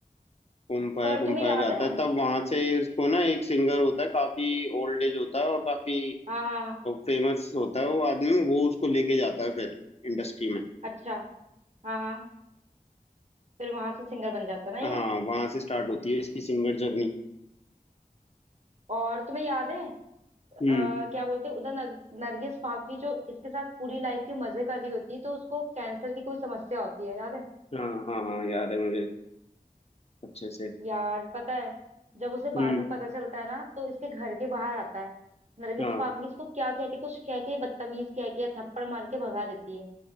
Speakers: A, on the left (about 45°); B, on the right (about 50°).
A: कुम फाया
B: पर
A: कुम
B: तुम्हें
A: फाया
B: याद
A: गाता
B: है
A: है तब वहां से इसको ना एक सिंगर होता है काफी ओल्ड एज होता है और काफी
B: हाँ हाँ हाँ,
A: फेमस होता है वो आदमी वो उसको लेके जाता है फिर इंडस्ट्री में
B: अच्छा हाँ हाँ फिर वहां से सिंगर बन जाता ना ये
A: हाँ वहां से स्टार्ट होती है इसकी सिंगर जर्नी
B: और तुम्हें याद है अ,
A: हम्म
B: क्या बोलते हैं उधर नर, नरगिस फाकरी जो इसके साथ पूरी लाइफ के मजे कर रही होती है तो उसको कैंसर की कोई समस्या होती है याद है
A: हाँ हाँ हाँ याद है मुझे अच्छे से
B: यार पता है जब उसे बाद
A: हम्म
B: में पता चलता है ना तो इसके घर के बाहर आता है नरगिस
A: हाँ
B: फाकरी इसको क्या कह के कुछ कह के बदतमीज कह के थप्पड़ मार के भगा देती है